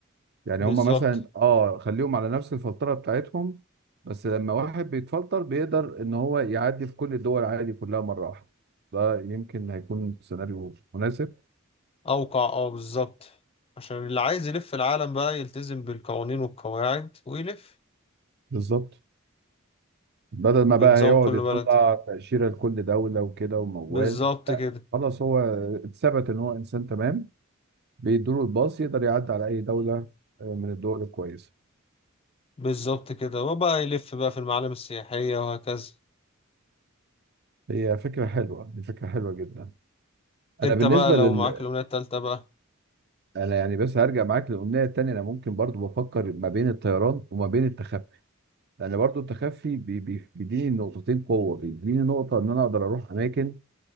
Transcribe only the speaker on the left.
بالظبط
أوقع اه بالظبط عشان اللي عايز يلف العالم بقى يلتزم بالقوانين والقواعد ويلف
بنظام
كل
بلد
بالظبط
كده
بالظبط كده وبقى يلف بقى في المعالم السياحية وهكذا
انت
بقى لو
معاك الأمنية التالتة بقى